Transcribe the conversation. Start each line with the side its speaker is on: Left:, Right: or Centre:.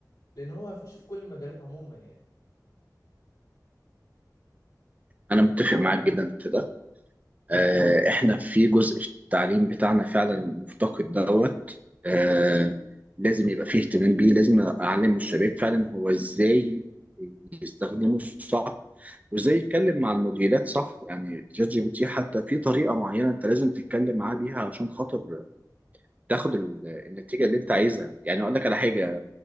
Left: لأن هو هيخش في كل المجالات عموما يعني
Right: انا متفق معاك جدا في ده آه، احنا في جزء في التعليم بتاعنا فعلا مفتقد دوت آه، لازم يبقى فيه اهتمام بيه لازم اعلم الشباب فعلا هو ازاي يستخدمه صح وازاي يتكلم مع المديرات صح يعني شات جي بي تي حتى في طريقه معينه انت لازم تتكلم معاه بيها عشان خاطر تاخد ال- النتيجه اللي انت عايزها يعني اقول لك على حاجه